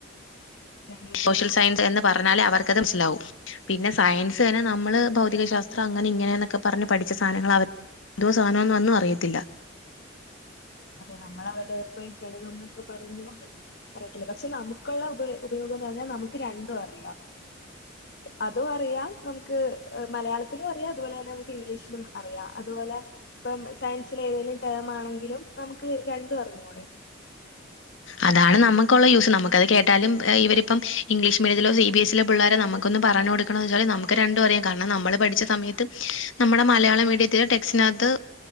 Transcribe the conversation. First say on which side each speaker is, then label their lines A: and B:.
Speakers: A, on the left; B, on the left.
A: ഗണിതം
B: സോഷ്യൽ സയൻസ് എന്ന് പറഞ്ഞാലേ അവർക്ക്ത് മനസ്സിലാവും പിന്നെ സയൻസ് തന്നെ നമ്മള് ഭ ശാസ്ത്രം അങ്ങനെ ഇങ്ങനെയന്നൊക്കെ പറഞ് പഠിച്ച സാധനങ്ങൾ എന്തോ സാധനോ ന്നൊന്നും അറിയത്തില്ല
A: അതെ നമ്മളവിടെ പോയി ഗളത ന്നൊക്കെ പറഞ്ഞ പറയത്തില്ല പക്ഷെ നമുക്കുള്ള ഉപ ഉപയോഗുന്നത് പറഞ്ഞാൽ നമുക്ക് രണ്ടും അറിയാം അതും അറിയാം നമുക്ക്് മലയാളത്തിലും അറിയാം അതുപോലെ തന്നെ നമുക്ക് ഇംഗ്ലീഷിലും അറിയാം അതുപോലെ ഇപ്പം സയൻസിലെതേലും ടേം ആണെങ്കിലും നമുക്ക് രണ്ടും അറിഞ്ഞൂടെ
B: അതാണ് നമുക്കുള്ള യൂസ് നമുക്കത് കേട്ടാലും ഇവരിപ്പം ഇംഗ്ലീഷ് മീഡിയത്തിലോ സി ബി എസ്സിലോ പിള്ളേരെ നമുക്കൊന്ന് പറഞ് കൊടു വെച്ച നമുക്ക് രണ്ടും അറിയ കാരണം നമ്മള് പഠിച്ച സമയത്ത് നമ്മുടെ മലയാള മീഡിയത്തിൽ ടെക്റ്റിനകത്ത്